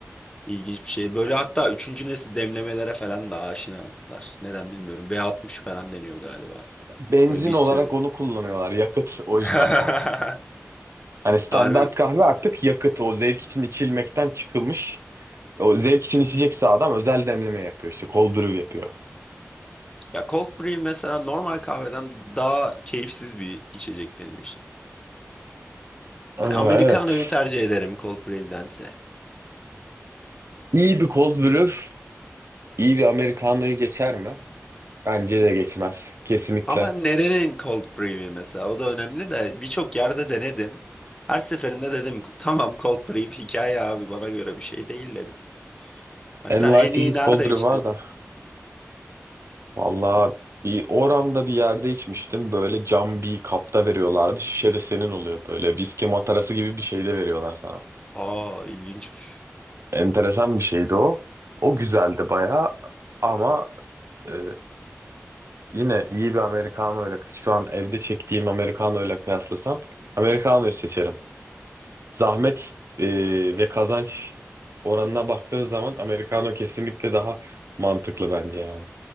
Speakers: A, on the left; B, on the right.
A: İlginç bir şey. Böyle hatta üçüncü nesil demlemelere falan da aşinalar. Neden bilmiyorum. V60 falan deniyor galiba.
B: Benzin
A: Böyle bir
B: olarak
A: sürü.
B: onu kullanıyorlar, yakıt o
A: <laughs>
B: yüzden o. Hani standart
A: Harbi.
B: kahve artık yakıt, o zevk için içilmekten çıkılmış. O zevk için içecekse adam özel demleme yapıyor işte, cold brew yapıyor.
A: Ya cold brew mesela normal kahveden daha keyifsiz bir içecek benim için.
B: Aa,
A: Hani Americano'yu
B: evet.
A: tercih ederim cold brew'dense.
B: İyi bir cold brew, iyi bir Americano'yu geçer mi? Bence de geçmez, kesinlikle.
A: Ama nerenin cold brew'i mesela o da önemli de birçok yerde denedim. Her seferinde dedim tamam cold brew hikaye abi bana göre bir şey değil dedim. Hani
B: Envai
A: sen en
B: çeşit
A: iyi nerede
B: cold brew
A: içtin?
B: var da. Valla bir oranda bir yerde içmiştim. Böyle cam bir kapta veriyorlardı. Şişe de senin oluyor böyle. Viski matarası gibi bir şey de veriyorlar sana.
A: Aa ilginçmiş.
B: Enteresan bir şeydi o. O güzeldi baya ama e, yine iyi bir Americano ile şu an evde çektiğim Americano ile kıyaslasam Americano'yu seçerim. Zahmet e, ve kazanç oranına baktığın zaman Americano kesinlikle daha mantıklı bence yani.